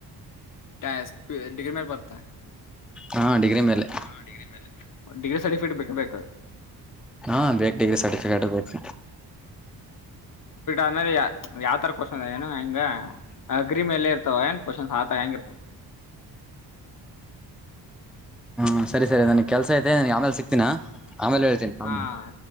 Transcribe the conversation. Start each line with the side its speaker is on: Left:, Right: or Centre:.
Left: ಟಾಸ್ ಪಿವನ್ ಡಿಗ್ರಿ ಮೇಲೆ ಬರತ
Centre: ಹಾ ಡಿಗ್ರಿ ಮೇಲೆ
Left: ಹಾ ಡಿಗ್ರಿ ಮೆಲ್ ಡಿಗ್ರಿ ಸರ್ಟಿಫಿಕೇಟ್ ಬೇಕ ಬೇಕ
Centre: ಹಾ ಬೇಕು ಡಿಗ್ರಿ ಸರ್ಟಿಫಿಕೇಟ್ ಬೇಕು.
Left: ಆಮೇಲೆ ಯ ಯಾವ್ ತರ ಕ್ವೆಶ್ಚನ್ ಏನು ಹ ಹೆಂಗ ಅಗ್ರಿ ಮೇಲೆೇ ಇರ್ತವ ಏನ್ ಕ್ವೆಶ್ಚನ್ ಆತರ ಹ ಹೆಂಗ ಇರ್ತವ
Centre: ಹ್ಮ ಸರಿ ಸರಿ ನನಗ್ ಕೆಲ್ಸ ಇದೆ ನಿನ್ಗ ಆಮೇಲ್ ಸಿಗ್ತೀನ ಆಮೇಲೆ ಹೇಳ್ತೀನಿ ಆಮೇ
Left: ಹಾ